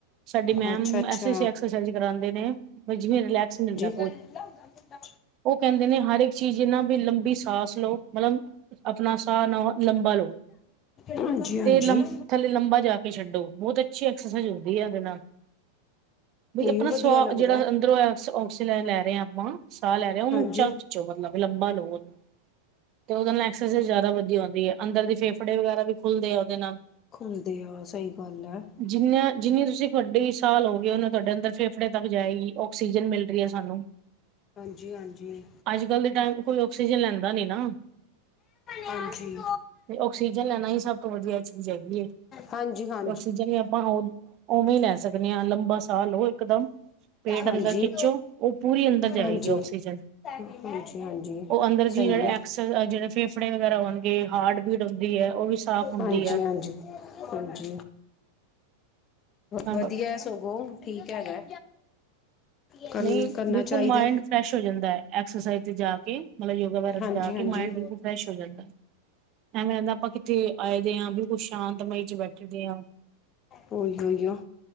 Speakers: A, on the right (about 45°); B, on the left (about 35°).
A: ਸਾਡੀ ਮੈਮ
B: ਅੱਛਾ ਅੱਛਾ
A: ਐਸ਼ੀ ਐਸ਼ੀ ਐਕਸਰਸਾਈਜ਼ ਕਰਾਉਂਦੇ ਨੇ ਵੀ ਜਿਵੇਂ ਰਿਲੈਕਸ ਮਿਲਦਾ।
B: ਚੱਲਦਾ ਹੋਣਾ ਫੇਰ ਤਾਂ।
A: ਓ ਕਹਿੰਦੇ ਨੇ ਹਰ ਇੱਕ ਚੀਜ਼ ਨਾ ਵੀ ਲੰਬੀ ਸਾਸ ਲਓ ਮਤਲਬ ਆਪਣਾ ਸਾਹ ਲੰਬਾ ਲਓ।
B: ਹਾਂਜੀ ਹਾਂਜੀ।
A: ਤੇ ਲੰ ਥੱਲੇ ਲੰਬਾ ਜਾ ਕੇ ਛੱਡੋ ਬਹੁਤ ਅੱਛੀ ਐਕਸਰਸਾਈਜ਼ ਹੁੰਦੀ ਆ ਉਦੇ ਨਾਲ। ਬਈ
B: ਇਹ
A: ਆਪਣਾ
B: ਵਧੀਆ
A: ਸ,
B: ਲੱਗਦਾ
A: ਜਿਹੜਾ ਅੰਦਰੋਂਇ ਲੈ ਰਹੇ ਹਾਂ ਆਪਾਂ, ਸਾਹ ਲੈ ਰਹੇ ਆ, ਉਹਨੂੰ
B: ਹਾਂਜੀ
A: ਉੱਚਾ ਖਿੱਚੋ ਮਤਲਬ, ਲੰਬਾ ਲਓ ਉਹਨੂੰ ਤੇ ਉਹਦੇ ਨਾਲ, ਐਕਸਰਸਾਈਜ਼ ਜ਼ਿਆਦਾ ਵਧੀਆ ਹੁੰਂਦੀ ਹੈ, ਅੰਦਰ ਦੇ ਫੇਫੜੇ ਵਗੈਰਾ ਵੀ, ਖੁੱਲਦੇ ਆ ਉਹਦੇ ਨਾਲ।
B: ਖੁਲਦੇ ਆ, ਸਹੀ ਗੱਲ ਹੈ।
A: ਜਿੰਨੀ- ਜਿੰਨੀ ਤੁਸੀਂ ਵੱਡੀ, ਸਾਹ ਲੋ ਗਏ ਉਹਨੀ ਤੁਹਾਡੇ ਅੰਦਰ ਫੇਫੜੇ ਤੱਕ ਜਾਏਗੀ। ਆਕਸੀਜਨ ਮਿਲ ਮਿਲਦੀ ਆ ਸਾਨੂੰ।
B: ਹਾਂਜੀ ਹਾਂਜੀ
A: ਅੱਜ ਕੱਲ੍ਹ ਦੇ ਟਾਈਮ ਵਿੱਚ, ਕੋਈ ਆਕਸੀਜਨ ਲੈਂਦਾ ਨੀ ਨਾ।
B: ਹਾਂਜੀ
A: ਤੇ ਆਕਸੀਜਨ ਲੈਣਾ ਹੀ, ਸਭ ਤੋਂ ਵਧੀਆ ਚੀਜ਼ ਹੈਗੀ।
B: ਹਾਂਜੀ ਹਾਂ।
A: ਆਕਸੀਜਨ ਹੀ ਆਪਾਂ ਉਵੇਂ ਲੈ ਸਕਦੇ ਹਾਂ, ਲੰਬਾ ਸਾਹ ਲਓ ਇਕਦਮ ਪੇਟ
B: ਹਾਂਜੀ।
A: ਅੰਦਰ ਖਿੱਚੋ', ਉਹ ਪੂਰੀ ਅੰਦਰ ਜਾਏਗੀ
B: ਹਾਂਜੀ।
A: ਆਕਸੀਜਨ।
B: ਹਾਂਜੀ ਹਾਂਜੀ,
A: ਉਹ ਅੰਦਰ ਦੀ
B: ਸਹੀ
A: ਜਿਹੜੇ
B: ਹੈ।
A: ਐਕਸ ਜਿਹੜੇ ਫੇਫੜੇ ਵਗੈਰਾ ਹੋਣਗੇ ਹਾਰਟ ਬੀਟ ਹੁੰਦੀ ਹੈ ਉਹ ਵੀ ਸਾਫ਼ ਹੁੰਦੀ
B: ਹਾਂਜੀ,
A: ਹੈ
B: ਹਾਂਜੀ, ਹਾਂਜੀ।
A: ਹਮ
B: ਵਧੀਆ ਸਗੋਂ, ਠੀਕ ਹੈਗਾ। ਕਰਨ
A: ਨਹੀਂ,
B: ਕਰਨਾ
A: ਬਿਲਕੁਲ
B: ਚਾਹੀਦਾ
A: ਮਾਇੰਡ ਫਰੈਸ਼ ਹੋ ਜਾਂਦਾ ਐਕਸਰਸਾਈਜ਼ ਤੇ ਜਾ ਕੇ, ਮਤਲਬ ਯੋਗਾ
B: ਹੈ।
A: ਵਾਇਰਸ
B: ਹਾਂਜੀ
A: ਜਾ ਕੇ।
B: ਹਾਂਜੀ
A: ਕੀ ਮਾਇੰਡ ਬਿਲਕੁਲ ਫਰੈਸ਼ ਹੋ ਜਾਂਦਾ, ਐਵੇਂ ਲੱ ਆਪਾਂ ਕਿਥੇ ਆਏ ਦੇ ਆ, ਬਿਲਕੁਲ ਸ਼ਾਂਤਮਈ 'ਚ ਬੈਠਦੇ ਹਾਂ।
B: ਉਹੀ ਉਹੀਓ